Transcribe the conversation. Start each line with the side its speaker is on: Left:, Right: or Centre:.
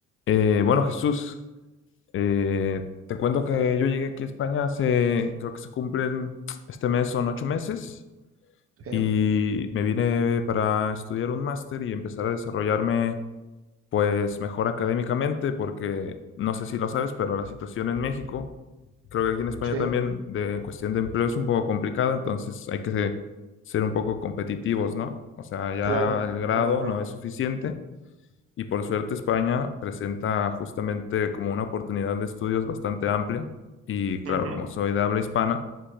Left: Eh, bueno, Jesús, eh, te cuento que yo llegué aquí a España hace, creo que se cumplen este mes, son ocho meses,
Right: Sí,
Left: y me vine para estudiar un máster y empezar a desarrollarme pues mejor académicamente, porque no sé si lo sabes, pero la situación en México, creo que aquí en España
Right: sí,
Left: también, de cuestión de empleo es un poco complicada, entonces hay que ser un poco competitivos, ¿no? O sea, ya
Right: claro,
Left: el grado
Right: claro, claro.
Left: no es suficiente y por suerte España presenta justamente como una oportunidad de estudios bastante amplia. Y claro,
Right: Ujú,
Left: como soy de habla hispana,